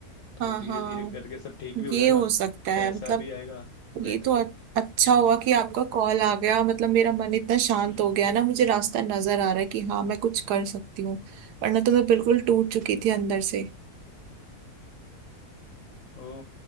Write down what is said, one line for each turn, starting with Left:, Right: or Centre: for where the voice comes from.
Left: तो
Right: हाँ
Left: धीरे
Right: हाँ
Left: धीरे करके सब ठीक भी हो
Right: ये
Left: जाएगा
Right: हो सकता है
Left: पैसा
Right: मतलब
Left: भी आएगा वही
Right: ये तो
Left: तो
Right: अ- अच्छा हुआ कि आपका कॉल आ गया मतलब मेरा मन इतना शांत
Left: हम्म
Right: हो गया ना मुझे रास्ता नजर आ रहा है कि हाँ मैं कुछ कर सकती हूँ वरना तो मैं बिल्कुल टूट चुकी थी अंदर से
Left: ओ